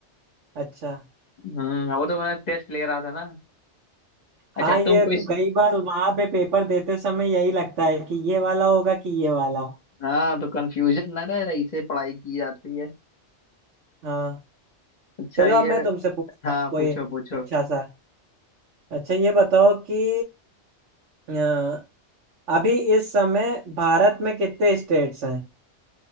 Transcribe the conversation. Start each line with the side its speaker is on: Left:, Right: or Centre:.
Right: अच्छा
Left: हम्म वो तो मैं टेस्ट ले रहा था ना अच्छा
Right: हाँ ये
Left: तुम कोई
Right: कई बार वहां पे पेपर देते समय यही लगता है कि ये वाला होगा कि ये वाला
Left: हाँ तो कंफ्यूजन ना रहे इसे पढ़ाई की जाती है
Right: हाँ
Left: अच्छा
Right: चलो
Left: ये
Right: अब मैं तुमसे पूछता
Left: हाँ
Right: हूँ कोई
Left: पूछो पूछो
Right: अच्छा सा अच्छा ये बताओ कि अ, अभी इस समय भारत में कितने स्टेट्स हैं